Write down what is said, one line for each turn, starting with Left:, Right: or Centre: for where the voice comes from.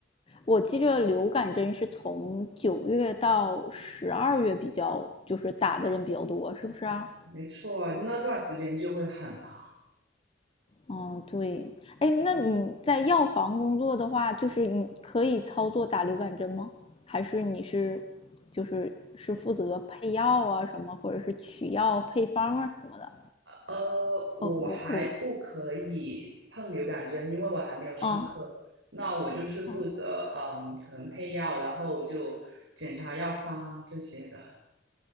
Left: 我记着流感针是从九月到十二月比较，就是打的人比较多，是不是啊？
Right: 没错，那段时间就会很忙。
Left: 嗯，对，哎，那你在药房工作的话，就是你可以操作打流感针吗？还是你是，就是是负责配药啊什么，或者是取药配方啊什么的？
Right: 呃，我还不可以碰流感针，
Left: 哦，我我
Right: 因为我还没有上课。
Left: 嗯
Right: 那我就是负责，
Left: 嗯
Right: 嗯，可能配药，然后就检查药方这些的。